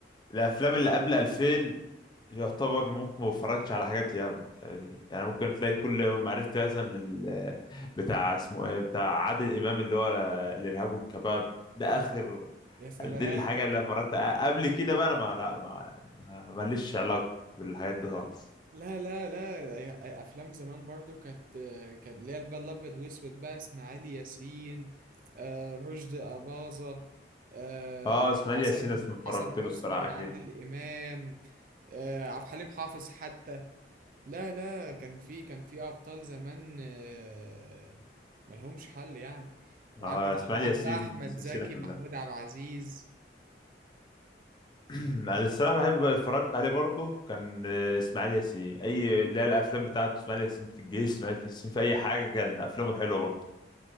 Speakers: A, on the left; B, on the right.
A: الافلام اللي قبل 2000 يعتبر ممكن ما بتفرجش على حاجات ياما فاهمني؟ يعني ممكن تلاقي كل ما عرفت مثلا ال... بتاع اسمه ايه بتاع عادل امام اللي هو الارهاب والكباب ده
B: يا
A: اخر
B: سلام يا سلام
A: دي الحاجه اللي اتفرجت قبل كده بقى انا ما لا ما ما- ماليش علاقه بالحاجات دي خالص
B: لا لا لا افلام زمان برضو كانت كانت اللي هي بقى الابيض واسود بقى اسماعيل ياسين آه، رشدي اباظه آه،
A: اه اسماعيل
B: حسن
A: ياسين اسمه اتفرجت
B: حسن حسني
A: له الصراحه
B: عادل امام آه، عبد الحليم حافظ حتى لا لا كان في كان في ابطال زمان آه، ملهمش حل يعني وعندك
A: آه اسماعيل
B: طبعا
A: ياسين
B: بقى احمد
A: السلسلة
B: زكي
A: كلها
B: محمود عبد العزيز
A: <clears throat> أنا الصراحة بحب اتفرجت عليه برضه كان آه، اسماعيل ياسين أي لا الأفلام بتاعته اسماعيل ياسين في الجيش اسماعيل ياسين في أي حاجة كان أفلامه حلوة برضه